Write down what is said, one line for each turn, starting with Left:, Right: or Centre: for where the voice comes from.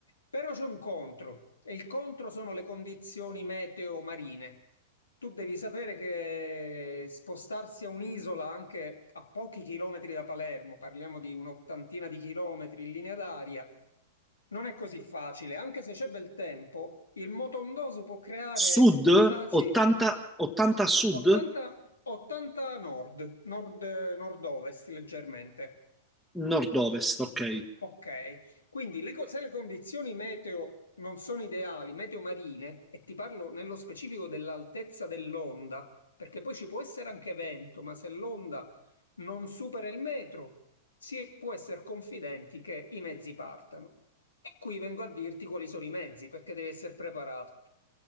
Left: Però c'è un contro, e il contro sono le condizioni meteo marine. Tu devi sapere che spostarsi a un'isola anche a pochi chilometri da Palermo, parliamo di un'ottantina di chilometri in linea d'aria, non è così facile. Anche se c'è bel tempo, il motondoso può creare
Centre: sud,
Left: disagi
Centre: 80, 80 sud,
Left: 80, 80 nord, nord, nord-ovest leggermente.
Centre: nord-ovest, ok.
Left: Ok, quindi le co- se le condizioni meteo non sono ideali, meteo marine, e ti parlo nello specifico dell'altezza dell'onda, perché poi ci può essere anche vento, ma se l'onda non supera il metro, si può essere confidenti che i mezzi partano. E qui vengo a dirti quali sono i mezzi, perché devi essere preparato.